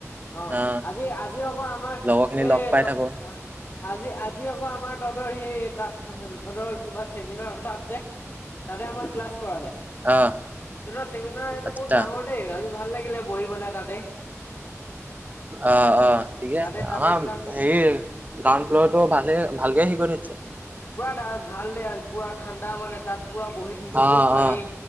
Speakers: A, on the left; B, on the right.
A: অঁ,
B: অ
A: আজি, আজি আকৌ আমাৰ
B: লগৰ খিনি
A: এ,
B: লগ পাই
A: ত
B: থাকো
A: আজি, আজি আকৌ আমাৰ তহঁতৰ সেই তাত তঁহতৰ কিবা চেমিনাৰ তাত যে তাতে আমাক ক্লাছ কৰালে। তহঁতৰ
B: অ
A: চেমিনাৰ এইটো
B: আচ্ছা
A: বহুত ডাঙৰ দেই আজি ভাল লাগিলে বহি পেলাই তাতে।
B: অঁ, অ, ঠিকে
A: তাতে
B: আছে
A: তাতে
B: আমাৰ
A: ক্লাছ কৰিলে
B: হেৰি গ্ৰাউণ্ড ফ্ল'ৰটো ভালে ভালকে হেৰি কৰি থয় দিছে
A: পুৰা ভাল দে, পুৰা ঠাণ্ডা মানে তাত পুৰা বহি থাকিবলৈও
B: অ
A: পাৰি।
B: অ